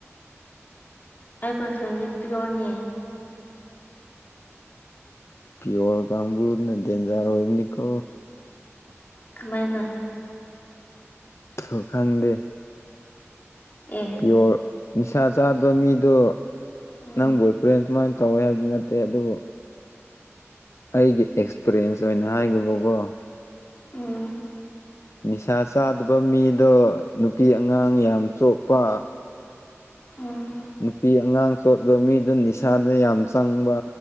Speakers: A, on the left (about 35°); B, on the left (about 65°).
A: ꯑꯩ ꯕꯔꯐ꯭ꯔꯦꯟꯗꯤ ꯄꯤꯌꯣꯔꯅꯦ
B: ꯄꯤꯌꯣꯔ ꯀꯝꯕꯨꯨꯔ ꯅ ꯗꯦꯟꯖꯔ ꯑꯣꯏꯕꯅꯤꯀꯣ
A: ꯀꯃꯥꯏꯅ
B: ꯊꯨꯈꯪꯗꯦ
A: ꯑꯦ
B: ꯄꯤꯌꫭꯔ ꯅꯤꯁꯥ ꯆꯥꯗꯕ ꯃꯤꯗꯣ
A: ꯎꯝ
B: ꯅꯪ ꯕꯣꯏ ꯐ꯭ꯔꯦꯟ ꯁꯨꯃꯥꯏꯅ ꯇꯧꯋꯦ ꯍꯥꯏꯕꯅ ꯇꯦ ꯑꯗꯨꯕꯨ ꯑꯩꯒꯤ ꯑꯦꯛꯁꯄꯤꯔꯤꯌꯦꯟꯁ ꯑꯣꯏꯅ ꯍꯥꯏꯈꯤꯕꯀꯣ
A: ꯎꯝ
B: ꯅꯤꯁꯥ ꯆꯥꯗꯕ ꯃꯤꯗꯣ ꯅꯨꯄꯤ ꯑꯉꯥꯡ ꯌꯥꯝ ꯆꯣꯛꯄ
A: ꯎꯝ
B: ꯅꯨꯄꯤ ꯑꯉꯥꯡ ꯆꯣꯞꯇꯕ ꯃꯤꯗꯨ ꯅꯤꯁꯥꯗ ꯌꯥꯝ ꯆꯪꯕ